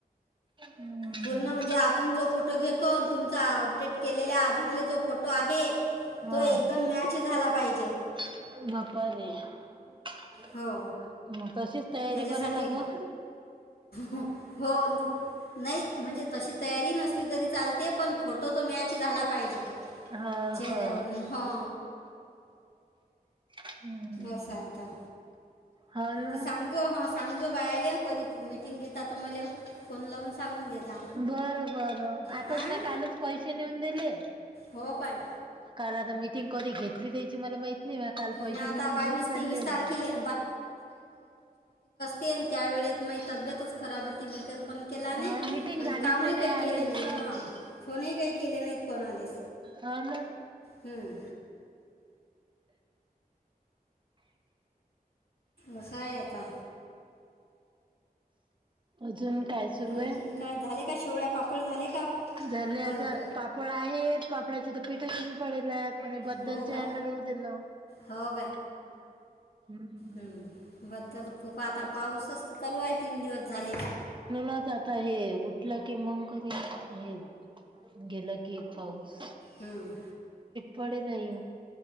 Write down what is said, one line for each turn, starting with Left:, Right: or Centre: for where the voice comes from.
Right: हम्म
Left: पूर्ण म्हणजे आपण जो फोटो घेत तुम अपडेट केलेला आधारला जो फोटो आहे
Right: हा
Left: तो एकदम मॅच झाला पाहिजे,
Right: <unintelligible>
Left: हो
Right: मग तशीच तयारी
Left: त्याच्यासाठी
Right: करा लागल
Left: हो. नाही म्हणजे तशी तयारी नसली तरी चालते पण फोटो तो मॅच झाला पाहिजे
Right: हा
Left: चेहऱ्यावरून
Right: हा
Left: हो
Right: हम्म
Left: अस आता
Right: हो ना
Left: त सांगो ह सांगजो बायले कधी मिटिंग घेता त मला फोन लावून सांगून दे जा
Right: बरं बरं आताच
Left: हां
Right: म कालच पैसे नेऊन दिले
Left: हो काय
Right: काल आता मीटिंग कधी घेतली त्याची मला माहित नाही काल पैसे
Left: ना आता
Right: नेऊन
Left: बावीस
Right: देऊन चाललेले
Left: तेवीस तारखेले त्या वेळेेत माझ तब्येतच खराब होती मी काय फोन केला
Right: हा
Left: नाही
Right: मिटिंग
Left: आणि
Right: झालीच
Left: कामही
Right: नाही ना
Left: काही
Right: या
Left: केले
Right: वेळेस
Left: नाहीत
Right: ना
Left: हा फोनही काही केले नाहीत कोणालेच
Right: हो ना
Left: हं, असं आहे आता
Right: अजून काय सुरू
Left: आणखीन
Right: आहे
Left: काय झाले का शेवळ्या पापड झाले का
Right: झाले
Left: बंद
Right: आता पापड आहेत पापडाचे तर पीठ घेऊन पडेल आहेत पण बद्दलच्या
Left: हो काय
Right: होवु देल ना
Left: हो.
Right: <unintelligible> हम्म.
Left: हम्म बद्दल खूप आता पाऊसच तर चालू आहे तीन दिवस झाले
Right: आताच आता हे उठलं की मंग करी हे, गेलं की पाऊस
Left: हम्म.
Right: पडे नाही